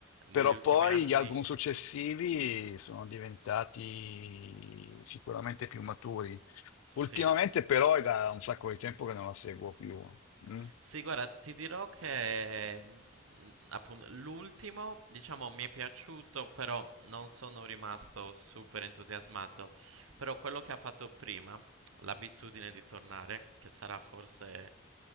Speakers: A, on the right; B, on the left.
A: negli
B: Però
A: ultimi
B: poi
A: anni,
B: gli album successivi sono diventati sicuramente più maturi.
A: sì.
B: Ultimamente però è da un sacco di tempo che non la seguo più. mm.
A: Sì, guarda, ti dirò che mm, appunto l'ultimo, diciamo, mi è piaciuto, però non sono rimasto super entusiasmato. Però quello che ha fatto prima, l'abitudine di tornare, che sarà forse,